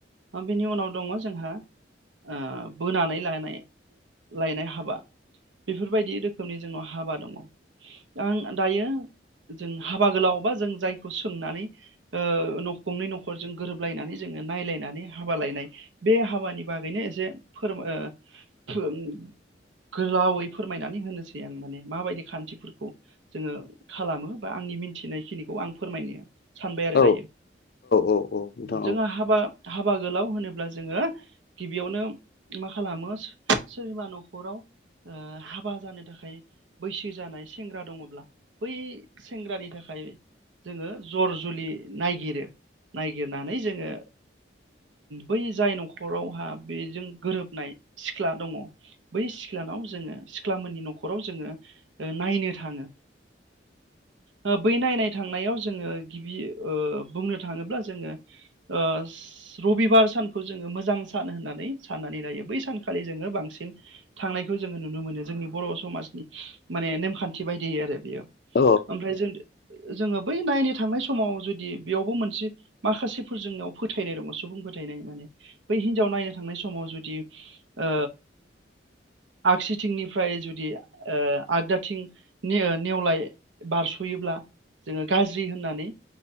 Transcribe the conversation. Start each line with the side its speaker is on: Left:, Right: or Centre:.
Right: बेनि उनाव दङ जोंहा ओ बोनानै लानाय लायनाय हाबा बेफोरबायदि रो रोखोमनि जोंनाव हाबा दङ दा आं दायो जों हाबा गोलाव बा जों जायखौ सोंनानै ओ नखंनै नखरजों गोरोबलायनानै जों नायलायनानै हाबा लायनाय बे हाबानि बागैनो एसे फोर ओ गोलावै फोरमायनानै होनोसै आं माने माबायदि खान्थिफोरखौ जोङो खालामो बा आंनि मिनथिनाय खिनिखौ आं फोरमायनो सानबाय आरो
Left: औ
Right: दायो
Left: औ औ नोंथां
Right: जोंहा
Left: औ
Right: हाबा हाबा गोलाव हो नोब्ला जोङो गिबियावनो मा खालामो सोरनिबा नखराव ओ हाबा जानो था खाय बैसो जानाय सेंग्रा दङब्ला बै सेंग्रानि थाखाय जोङो जर जुलि नायगिरो नायगिरनानै जोङो बै जाय नखरावहा बेजों गोरोबनाय सिख्ला दङ बै सिख्लानाव जोङो सिख्ला मोननि नखराव जोङो ओ नायनो थाङो ओ बै नायनाय थांनायाव जोङो गिबि ओ बुंनो थाङोब्ला जोङो ओ रबिबार सानखौ जोङो मोजां सान होननानै साननानै लायो बै सानखालि जोङो बांसिन थां नायखौ जोङो नुनो मोनो जोंनि बर' समाजनि माने नेमखान्थि बायदियै आरो बियो
Left: औ
Right: ओमफ्राय जों जोङो बै नायनो थांनाय समाव जुदि बेयावबो मोनसे माखासेफोर जोंनाव फोथायनाय दङ सुबुं फोथायनाय माने बै हिनजाव नायनो थांनाय समाव जुदि ओ आगसिथिंनिफ्राय जुदि ओ आगदाथिं नेवलाय बारस'योब्ला जोङो गाज्रि होननानै